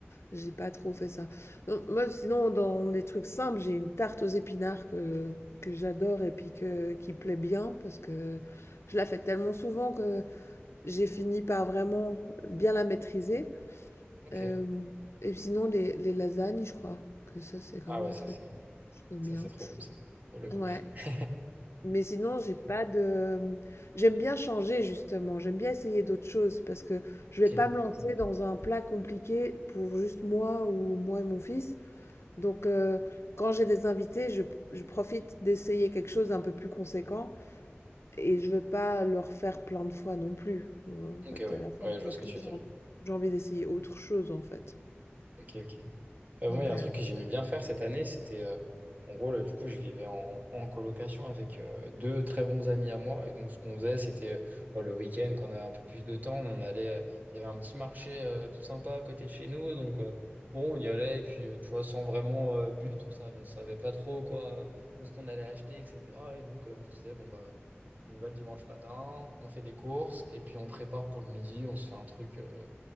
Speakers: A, on the left; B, on the right.
A: j'ai pas trop fait ça. Non, moi, sinon, dans les trucs simples, j'ai une tarte aux épinards que que j'adore et puis que qui plaît bien parce que je la fais tellement souvent que j'ai fini par vraiment bien la maîtriser.
B: Ok.
A: Hem, et sinon, les les lasagnes, je crois que ça, c'est quand
B: Ah
A: même
B: ouais,
A: un
B: ça
A: truc
B: c'est,
A: que je fais
B: ça
A: bien.
B: c'est trop bon, ça, pour le coup.
A: Ouais.
B: <laughs>
A: Mais sinon, j'ai pas de... J'aime bien changer justement, j'aime bien essayer d'autres choses parce que je
B: Ok,
A: vais pas me lancer dans un plat compliqué pour juste moi ou moi et mon fils. Donc euh, quand j'ai des invités, je, je profite d'essayer quelque chose d'un peu plus conséquent et je veux pas leur faire plein de fois non plus. Euh, En fait,
B: ok, ouais,
A: à la fin
B: ouais,
A: de
B: je vois
A: la
B: ce
A: place,
B: que tu veux dire.
A: j'ai envie d'essayer autre chose en fait.
B: Ok, ok. Euh,
A: Donc
B: moi, il y a
A: euh,
B: un truc que j'aimais bien faire cette année, c'était, euh, en gros, là, du coup, je vivais en, en colocation avec euh, deux très bons amis à moi. Et donc, ce qu'on faisait, c'était euh, bon, le week-end, quand on avait un peu plus de temps, on allait, euh, il y avait un petit marché euh, tout sympa à côté de chez nous. Donc, euh, bon, on y allait, et puis, euh, tu vois, sans vraiment euh, but, on sa- on ne savait pas trop quoi, euh, ce qu'on allait acheter, etc. Et donc, euh, on se disait, bon, bah, on y va le dimanche matin, on fait des courses, et puis on prépare pour le midi, on se fait un truc. euh,